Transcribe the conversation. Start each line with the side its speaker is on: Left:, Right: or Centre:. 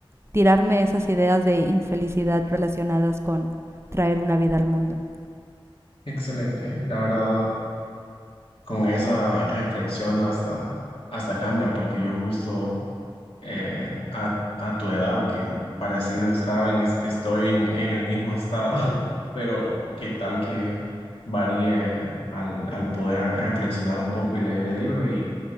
Right: tirarme esas ideas de infelicidad relacionadas con traer una vida al mundo.
Left: Excelente, la verdad, con esa reflexión hasta, hasta cambia, porque yo justo... eh, a, a tu edad, que parecido estaba en, es- estoy en, en el mismo estado, <laughs> pero qué tal que varíe al, al poder a- reflexionar un poco y leer el libro y,